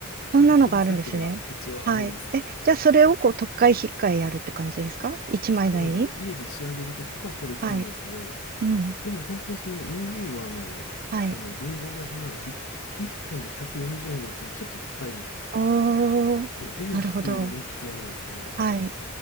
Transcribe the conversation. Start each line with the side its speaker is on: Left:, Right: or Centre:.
Left: フル、
Right: そんなのがあるんですね。
Left: フルセットが一応あるんですよ。
Right: はい。え、じゃあそれをこう、とっかえひっかえやるって感じですか一枚の絵に
Left: そうですね、あの、家で仕上げるときとかはそれ使うんですけど、
Right: はい。うん。
Left: でも本当にその 2B はあの、
Right: はい。
Left: あの文房具屋さんなら1、一本で140円ぐらいするちょっと高い、
Right: おー。
Left: あの絵を描く用の鉛筆があるんですけど、
Right: なるほど。はい。